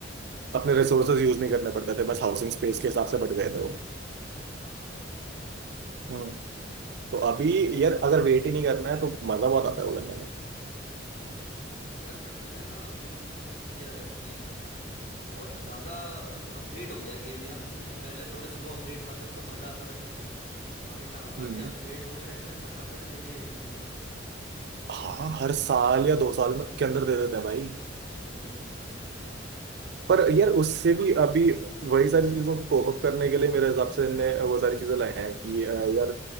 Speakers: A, on the right; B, on the left.
A: अपने रिसोर्सेज यूज नहीं करने पड़ते थे बस हाउसिंग स्पेस के हिसाब से बढ़ गए थे वो
B: हाँ हाँ हाँ
A: हम्म तो अभी
B: यार
A: यार अगर वेट ही नहीं करना है तो मजा बहुत आता है वो करने में
B: वो तो है यार बट मैंने ना अभी नोटिस किया है कि बहुत ज्यादा अपडेट हो गया है गेम यार <laughs> पहले थोड़े स्लो अपडेट्स आते थे तो मजा आता था खेलने को अभी टाउन हॉल
A: हम्म
B: के अपग्रेड्स वगैरह इतने फटाफट दे दिए इन्हों- इन्होंने
A: हाँ
B: मतलब
A: हर साल या दो साल में के अंदर दे देते हैं भाई
B: हम्म
A: पर यार उससे भी अभी वही सारी चीजों को कोप अप करने के लिए मेरे हिसाब से इनने वो सारी चीजें लाए हैं कि अ, यार